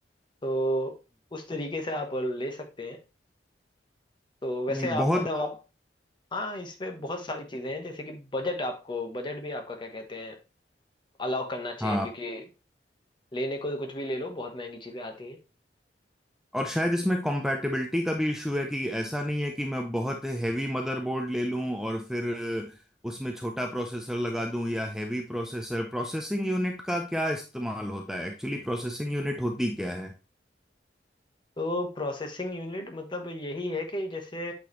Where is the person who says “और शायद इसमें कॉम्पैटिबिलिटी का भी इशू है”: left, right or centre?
Centre